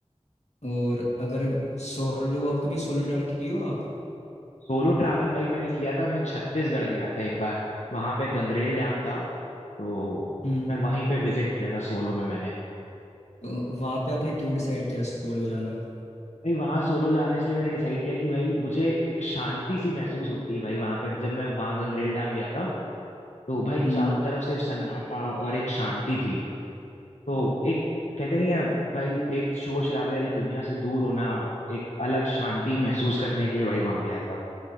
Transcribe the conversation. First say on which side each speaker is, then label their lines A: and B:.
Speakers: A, on the left; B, on the left.
A: और अगर सोलो आप कभी सोलो ट्रैवल किए हो आप
B: सोलो ट्रैवल भाई मैंने किया था मैं छत्तीसगढ़ गया था एक बार वहां पे गंगरेल डैम था तो
A: हम्म
B: मैं वहीं पे विजिट किया था सोलो में मैंने
A: तो वहाँ पे आपने क्यों डिसाइड किया सोलो जाना
B: भाई वहां सोलो जाना इसलिए मैंने डिसाइड किया कि भाई मुझे एक शांति सी महसूस होती है भाई वहां पे जब मैं वहां गंगरेल डैम गया था तो भाई
A: हम्म
B: चारों तरफ सिर्फ सन्नाटा और एक शांति थी तो एक कहते नहीं है भाई एक शोर शराबे वाली दुनिया से दूर होना एक अलग शांति महसूस करने के लिए भाई वहां गया था